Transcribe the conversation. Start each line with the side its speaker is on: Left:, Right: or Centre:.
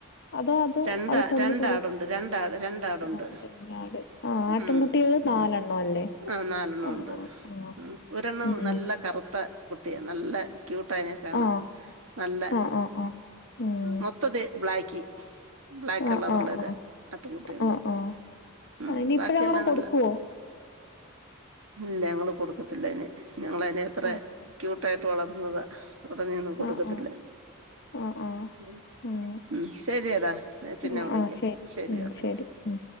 Left: അതോ അതോ
Right: രണ്ടാ
Left: അത് കൊന്നിക്കൂടു
Right: രണ്ടാടുണ്ട് രണ്ടാ രണ്ടാടുണ്ട്
Left: <unintelligible> ആട് ആഹ് ആട്ടിൻ
Right: ഉം
Left: കുട്ടിയള് നാലെണ്ണം അല്ലേ?
Right: ആ നാലെണ്ണം
Left: ആഹ്
Right: ഉണ്ട്
Left: ആഹ്
Right: ഉം ഒരെണ്ണം
Left: ഉം
Right: നല്ല കറുത്ത കുട്ടിയാ നല്ല ക്യൂട്ടായ്നെ കാണാൻ
Left: ആഹ്
Right: നല്ല
Left: ആഹ് ആഹ് ആഹ് ഉം
Right: മൊത്തത്തി ബ്ലാക്കി ബ്ലാക്ക് കളർ
Left: ആഹ് ആഹ്
Right: ഉള്ളേരാ
Left: ആഹ്
Right: അത്ര കുട്ടിയള്ണ്ട്
Left: ആഹ് ആഹ്
Right: ഉം
Left: അയിന്
Right: ബാക്കി
Left: ഇപ്പഴങ്ങനെ
Right: എല്ലാം
Left: കൊടുക്കുവോ
Right: നല്ല ഇല്ല ഞങ്ങള് കൊടുക്കത്തില്ല അയ്നേ ഞങ്ങളതിനേ അത്രേ
Left: ആണല്ലേ
Right: ക്യൂ ട്ടായിട്ട് വളർത്തുന്നത് ഉടനേയൊന്നും കൊടുക്കത്തില്ല
Left: ആഹ് ആഹ് ആഹ് ആഹ്
Right: ഉം ഉം
Left: ഉം
Right: ശരിയെടാ പിന്നെ വിളിക്കാം
Left: ആഹ് ശരി ഉം
Right: ഓക്കെ
Left: ശരി ഉം